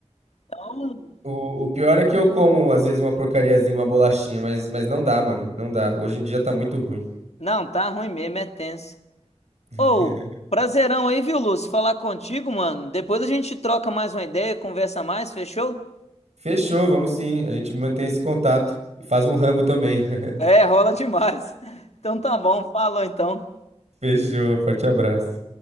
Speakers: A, on the left; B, on the right.
A: Então,
B: O, o pior é que eu como, às vezes, uma porcariazinha, uma bolachinha, mas, mas não dá, mano. Não dá. Hoje em dia tá muito ruim.
A: não, tá ruim mesmo, é tenso.
B: <laughs>
A: Ô, prazerão aí, viu, Lúcio? Falar contigo, mano. Depois a gente troca mais uma ideia, conversa mais, fechou?
B: Fechou, vamos sim. A gente mantém esse contato. Faz um rango também. <laughs>
A: É, rola demais. <laughs> Então tá bom, falou então.
B: Fechou, forte abraço.